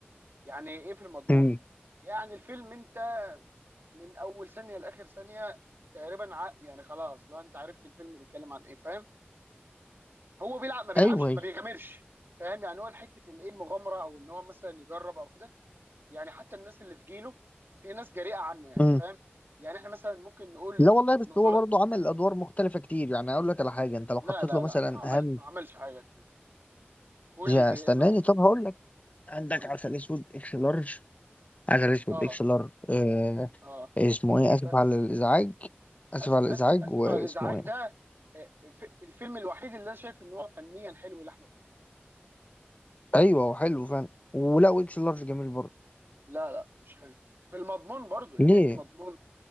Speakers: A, on the right; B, on the left.
A: يعني ايه في المضمون
B: مم.
A: يعني الفيلم انت من اول ثانيه لاخر ثانيه تقريبا ع... يعني خلاص لو انت عرفت الفيلم بيتكلم عن ايه فاهم هو بيلعب ما بيلعبش
B: ايوه ايوه
A: ما بيغامرش فاهم يعني هو حته الايه المغامره او ان هو مثلا يجرب او كده يعني حتى الناس اللي في جيله في ناس جريئه عنه يعني
B: مم.
A: فاهم يعني احنا مثلا ممكن نقول
B: لا والله بس
A: نظر
B: هو برضه عمل ادوار مختلفه كتير يعني اقول لك على حاجه انت لو
A: لا
B: حطيت
A: لا
B: له مثلا
A: لا ما عمل
B: اهم
A: ما عملش حاجه كتير قول
B: يا
A: لي زي
B: استناني
A: ايه مثلا
B: طب هقول لك عندك
A: قول لي
B: عسل اسود اكس لارج عسل اسود
A: اه
B: اكس لارج آه
A: اه
B: اسمه ايه اسف
A: بس
B: على الازعاج اسف
A: أس
B: على الازعاج
A: أس اسف
B: واسمه
A: على الازعاج
B: ايه
A: ده آه، ف- الفيلم الوحيد اللي انا شايف ان هو فنيا حلو لاحمد
B: ايوه هو حلو فعلا ولا اكس لارج جميل برضه
A: لا لا مش حلو في المضمون برضو يعني
B: ليه
A: ايه في المضمون